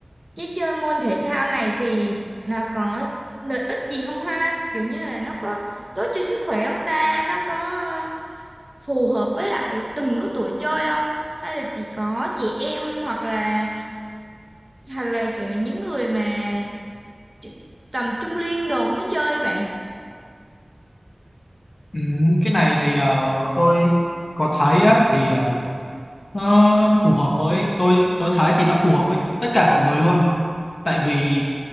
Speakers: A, on the right; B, on the left.
A: Chứ chơi môn thể thao này thì nó có lợi ích gì không ha? Kiểu như là nó có tốt cho sức khỏe không ta? Nó có ờ, phù hợp với lại từng lứa tuổi chơi không? Hay là chỉ có chị em hoặc là hoặc là kiểu những người mà chu- tầm trung niên đồ mới chơi bạn?
B: Ừ, cái này thì ờ, tôi có thấy á, thì ờ, nó phù hợp với tôi tôi thấy thì nó phù hợp với tất cả mọi người luôn tại vì